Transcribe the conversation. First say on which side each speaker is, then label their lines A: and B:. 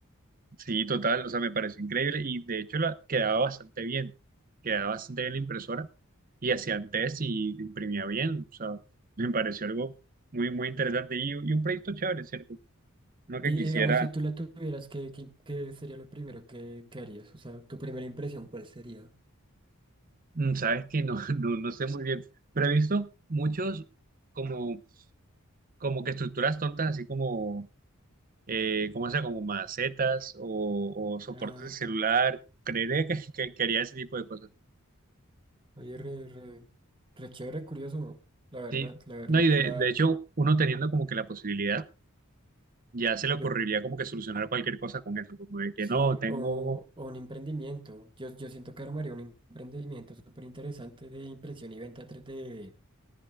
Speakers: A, on the right; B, on the right.
A: Sí, total, o sea, me pareció increíble y de hecho la, quedaba bastante bien. Quedaba bastante bien la impresora y hacían test y imprimía bien. O sea, me pareció algo muy, muy interesante y, y un proyecto chévere, ¿cierto? No que
B: Y,
A: quisiera,
B: y digamos, si tú la tuvieras, ¿qué, qué- qué sería lo primero que, que harías? O sea, tu primera impresión, ¿cuál sería?
A: mm, sabes que no, <laughs> no, no sé muy bien, pero he visto muchos como como que estructuras tontas, así como eh, ¿cómo sea? Como macetas o, o soportes
B: Ah,
A: de celular. Creeré que, <laughs> que, que haría ese tipo de cosas.
B: oye, re, re, re chévere, curioso, la verdad,
A: Sí,
B: la verdad,
A: no, y de,
B: la,
A: de hecho, uno teniendo como que la posibilidad, ya se le ocurriría
B: yo,
A: como que solucionar cualquier cosa con eso, como de que
B: sí,
A: no, tengo,
B: o, o un emprendimiento. Yo, yo siento que armaría un emprendimiento súper interesante de impresión y venta tres d